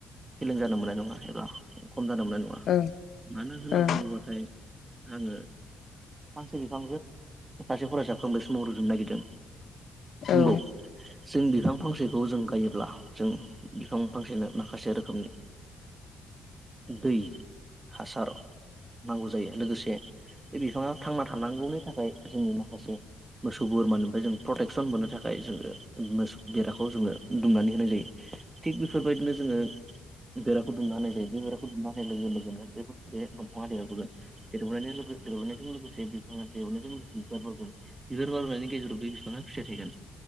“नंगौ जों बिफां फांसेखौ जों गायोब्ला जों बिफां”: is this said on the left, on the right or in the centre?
Right